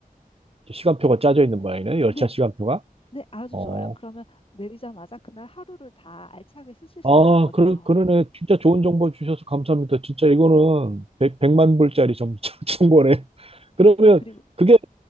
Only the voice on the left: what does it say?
네,
네, 아주
좋아요. 그러면 내리자마자 그날 하루를 다 알차게 쓰실 수가
있거든요.
네, 그리고